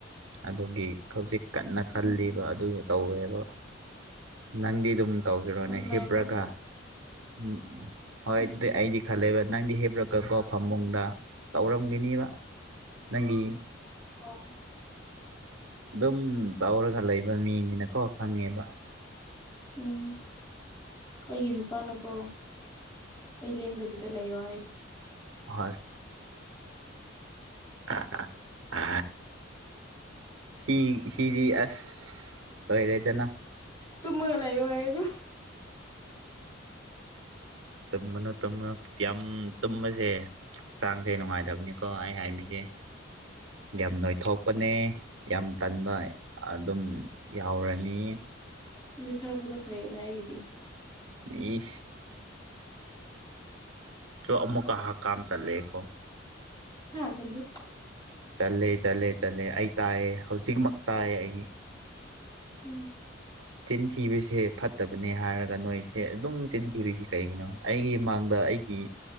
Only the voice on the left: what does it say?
ꯎꯝ
ꯑꯗꯨꯃꯥꯏꯅ
ꯈꯟꯕ꯭ꯔꯥ
ꯎꯝ
ꯑꯣ
ꯎꯝ ꯑꯩꯒꯤ ꯅꯨꯄꯥꯅꯀꯣ ꯌꯦꯡꯗꯕꯤꯗ ꯂꯩꯌ ꯍꯥꯏ
ꯇꯨꯝꯃꯒ ꯂꯩꯣ ꯑꯩ ꯑꯗꯨ
ꯅꯊꯔꯛꯄꯗꯣ ꯐꯩꯌꯦꯅꯦ ꯑꯩꯒꯤꯗꯤ
ꯍꯥꯥ ꯆꯗꯤ
ꯎꯝ